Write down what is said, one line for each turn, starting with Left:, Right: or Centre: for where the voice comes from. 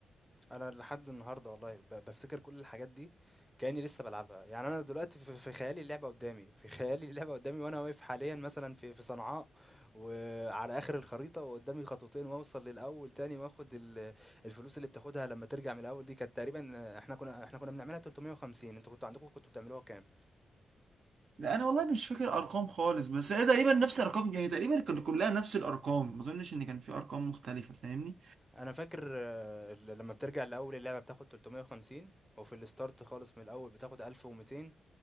Centre: انا لحد النهارده والله ب- بفتكر كل الحاجات دي كاني لسه بلعبها يعني انا دلوقتي في في خيالي اللعبه قدامي في خيالي اللعبه قدامي وانا واقف حاليا مثلا في في صنعاء وعلى اخر الخريطه وقدامي خطوتين واوصل للاول تاني واخد ال- الفلوس اللي بتاخدها لما ترجع من الاول دي كانت تقريبا احنا كنا احنا كنا بنعملها 350 انتوا كنتوا عندكم كنتوا بتعملوها كام
Right: لا انا والله مش فاكر ارقام خالص بس هي تقريبا نفس الارقام يعني تقريبا كانت كلها نفس الارقام ما اظنش ان كان في ارقام مختلفه فاهمني
Centre: انا فاكر آه، لما بترجع الاول اللعبه بتاخد 350 وفي الستارت خالص من الاول بتاخد 1200